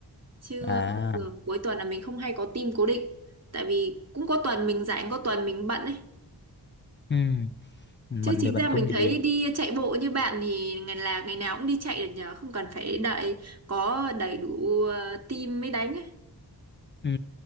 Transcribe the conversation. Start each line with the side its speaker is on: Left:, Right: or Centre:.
Right: chứ
Left: à
Right: ờ, thường cuối tuần là mình không hay có team cố định tại vì cũng có tuần mình rảnh có tuần mình bận ấy
Left: ừ, mình
Right: chứ chính
Left: thì mình
Right: ra
Left: cũng
Right: mình thấy
Left: vậy
Right: đi chạy bộ như bạn thì ngày là ngày nào cũng đi chạy được nhờ không cần phải đợi có đầy đủ ờ, team mới đánh ấy
Left: Ừ.